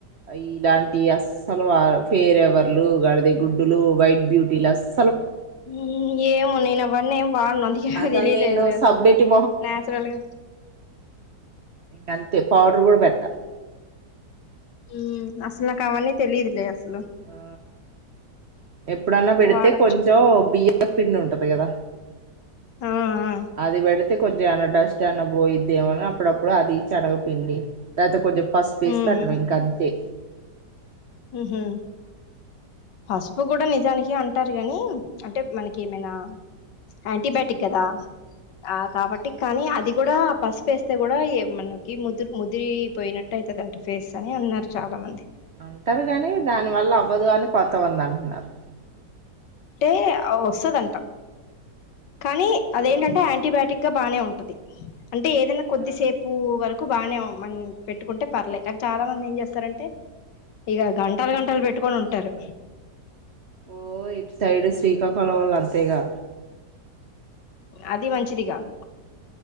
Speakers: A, on the right; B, on the left.
A: ఇలాంటియస్ అసలు ఆ ఫేయిరేవర్లు గాడిది గుడ్డులు వైట్ బ్యూటీలస్స్
B: మ్ ఏమో నేనవన్ని ఏం వాడను. అందుకే
A: అసలు
B: తెలియలేదులే
A: నేను సబ్బెట్టి
B: అసలు నాచురల్గా
A: ఇంకంతే పౌడర్ కూడా పెట్ట
B: మ్మ్. అసలు నాకవన్నీ తెలీదులే అసలు
A: ఆ ఎప్పుడన్నా పెడితే
B: టే వాడొచ్చు
A: కొంచెం బియ్యప్ పిండి ఉంటది కదా
B: ఆ ఆ
A: అది పెడితే కొం చమైన డస్ట్ అన్న పోయిద్దేమో అని అప్పుడప్పుడు అది శనగపిండి లేకపోతే కొంచెం పసుపేసి
B: హ్మ్
A: పెట్టడం ఇంకంతే
B: ఉహూ పసుపు కూడా నిజానికి అంటారు గాని అంటే మనకి ఏమైనా యాంటీబయోటిక్ కదా ఆ కాబట్ టి కానీ అది కూడా పసుపేస్తే కూడా మనకి ముదుర్ ముదిరి పోయినట్టు అయితాదంట ఫేస్ అన్ అని అన్నారు చాలా మంది
A: అంటారు కాని దాని వల్ల అవ్వదు అని కొంతమంది అంటున్నారు
B: అంటే ఆ వస్తదంట కానీ అదేంటంటే
A: అవును
B: యాంటీబయాటిక్ <unintelligible> బానే ఉంటది అంటే ఏదైనా కొద్దిసేపు
A: ఆ
B: వరక్ క్కు బాగానే మం పెట్టుకుంటే పర్లేదు కానీ చాలా మంది ఏం చేస్తారంటే ఇగ గంటలు గంటలు పెట్టుకొని ఉంటారు.
A: ఓ ఇటు సైడ్ శ్రీకాకుళం వొళ్ళు అంతేగా
B: అది మంచిది కాదు.